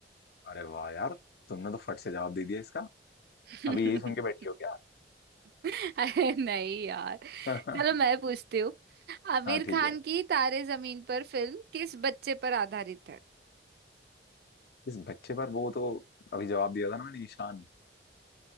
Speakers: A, on the left; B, on the right.
A: अरे वाह यार तुमने तो फट से जवाब दे दिया इसका
B: <laughs>
A: अभी यही सुन के बैठी हो क्या
B: अरे नहीं यार
A: <laughs>
B: चलो मैं पूछती हूँ आमिर
A: हाँ ठीक
B: खान
A: है
B: की तारे जमीन पर फिल्म किस बच्चे पर आधारित है
A: इस बच्चे पर वो तो अभी जवाब दिया था ना मैंने ईशान